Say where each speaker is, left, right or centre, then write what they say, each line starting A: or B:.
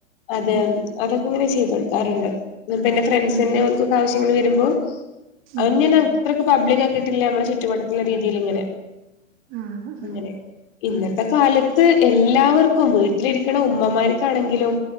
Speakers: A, on the left (about 45°); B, on the right (about 30°).
A: അത്
B: ഉം
A: അതൊക്കെ ഇങ്ങനെ ചെയ്ത് കൊടുക്കാറ്ണ്ട്. ഇന്ന്പ്പന്റെ ഫ്രണ്ട്സന്നെ
B: ഉം
A: ഓൺക്കൊക്കെ ആവശ്യങ്ങൾ വരുമ്പോ, അതൊന്നും
B: ഉം
A: ഞാൻ അത്ര
B: ഉം
A: ക്ക് പബ്ലികാക്കീട്ടില്ല. നമ്മളെ ചുറ്റുവട്ടത്തുള്ള രീതിയിലിങ്ങെനെ.
B: ആഹ്
A: അങ്ങനെ.
B: ആഹ്
A: ഇന്നത്തെ കാലത്ത് എല്ലാവർക്കും വീട്ടിലിരിക്ക്ണ ഉമ്മമാർക്കാണെങ്കിലും